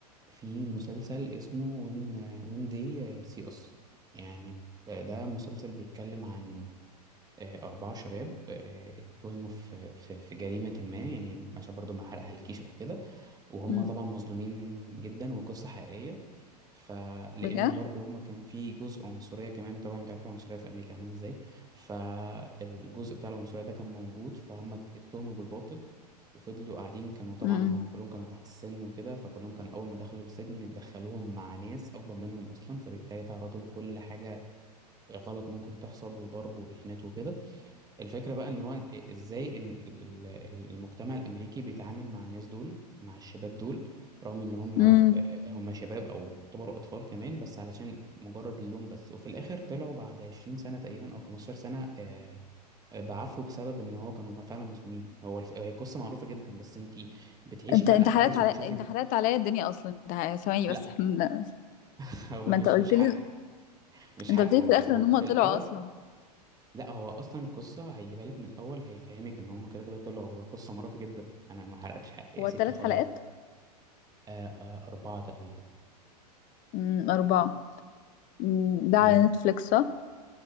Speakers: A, on the right (about 20°); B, on the left (about 40°).
A: في مسلسل اسمه وين وين دي سي اس يعني ده مسلسل بيتكلم عن آه، أربعة شباب آه، اتهموا في في في جريمة ما يعني عشان برضو ما حرقهالكيش أو كده وهم
B: امم
A: طبعا مظلومين جدا وقصة حقيقية فلأنه
B: بجد
A: برضه هم كان في جزء عنصرية كمان طبعا انت عارف العنصرية في أمريكا عاملة ازاي فالجزء بتاع العنصرية ده كان موجود فهم ات- اتهموا بالباطل وفضلوا قاعدين كانوا طبعا
B: امم
A: هم كلهم كانوا تحت السن وكده فكلهم كانوا أول ما دخلوا السجن دخلوهم مع ناس أكبر منهم أصلا فبالتالي تعرضوا لكل حاجة غلط ممكن تحصل وضرب وإهانات وكده الفكرة بقى ان هو ازاي ان ال- ال- ال- المجتمع الامريكي بيتعامل مع الناس دول مع الشباب دول رغم ان هم
B: امم
A: هم شباب او يعتبروا اطفال كمان بس علشان مجرد اللون بس وفي الاخر طلعوا بعد 20 سنة تقريبا او 15 سنة آه، آه، بعفو بسبب ان هو كانوا فعلا مظلومين هو الف- هي القصة معروفة جدا بس انت بتعيشي
B: انت
A: بقى
B: انت
A: الاحداث
B: حرقت على
A: وتشوفي
B: انت حرقت عليا الدنيا اصلا انت ح- ثواني
A: لا
B: بس احنا
A: <laughs> هو
B: ما
A: مش
B: انت قلت
A: مش حرق
B: لي
A: مش
B: انت
A: حرق
B: قلت لي
A: هو
B: في
A: مش
B: الاخر
A: هو
B: ان
A: في
B: هم طلعوا
A: الاول
B: اصلا
A: لا هو اصلا القصه هيجيبها لك من الاول هيفهمك ان هم كده كده طلعوا هو قصه مرعبه جدا انا ما حرقتش حقي يا
B: هو
A: ستي
B: ثلاث
A: خلاص
B: حلقات
A: آه آه اربعه تقريبا
B: امم اربعه أمم، ده على
A: مم.
B: نتفليكس صح